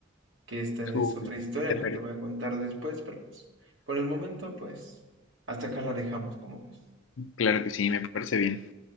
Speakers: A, on the right; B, on the left.
A: que esta es
B: Uy,
A: otra historia
B: te perdí.
A: que te voy a contar después, pero pues, por el momento, pues, hasta acá la dejamos, como ves.
B: Claro que sí, me parece bien.